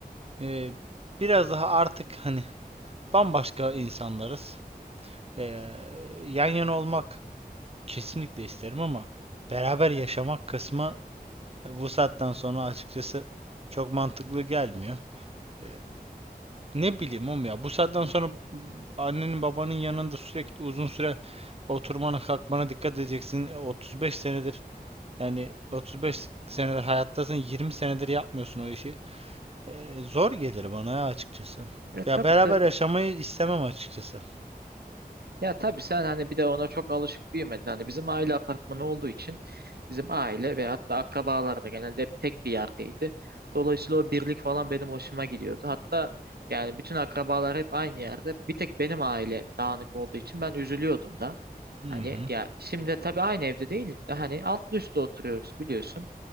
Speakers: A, on the right; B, on the right.
A: ee, biraz daha artık hani bambaşka insanlarız. Ee, yan yana olmak kesinlikle isterim ama beraber yaşamak kısmı e, bu saatten sonra açıkçası çok mantıklı gelmiyor. Ee, Ne bileyim oğlum ya. Bu saatten sonra annenin babanın yanında sürekli uzun süre oturmana kalkmana dikkat edeceksin. E, 35 senedir yani 35 senedir hayattasın 20 senedir yapmıyorsun o işi. E, zor gelir bana ya açıkçası.
B: E tabii
A: Ya beraber
B: tabii.
A: yaşamayı istemem açıkçası.
B: Ya tabii sen hani bir de ona çok alışık büyümedin. Hani bizim aile apartmanı olduğu için bizim aile ve hatta akrabalar da genelde hep tek bir yerdeydi. Dolayısıyla o birlik falan benim hoşuma gidiyordu. Hatta yani bütün akrabalar hep aynı yerde. Bir tek benim aile dağınık olduğu için ben üzülüyordum da.
A: Hı
B: Hani
A: hı.
B: ya şimdi tabii aynı evde değiliz de hani altlı üstlü oturuyoruz biliyorsun.